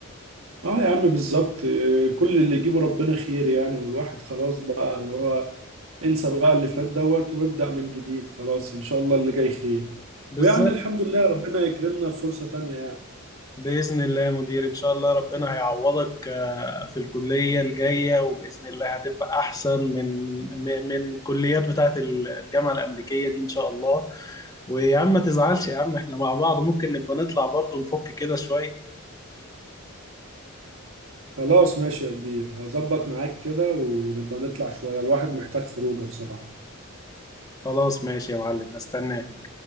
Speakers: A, on the right; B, on the left.
A: اه يا عم بالظبط آه، كل اللي يجيبه ربنا خير يعني والواحد خلاص بقى اللي هو انسى بقى اللي فات دوت وابدأ من جديد خلاص إن شاء الله اللي جاي خير
B: بالظبط
A: ويعني الحمد لله ربنا يكرمنا في فرصة تانية يعني
B: بإذن الله يا مدير إن شاء الله ربنا هيعوضك آه، في الكلية الجاية وبإذن الله هتبقى أحسن من من من كليات بتاعة الجامعة الأمريكية دي إن شاء الله ويا عم ما تزعلش يا عم إحنا مع بعض ممكن نبقى نطلع برضه نفك كده شوية
A: خلاص ماشي يا كبير هظبط معاك كده ونبقى نطلع شوية الواحد محتاج خروجه بصراحة
B: خلاص ماشي يا معلم هستناك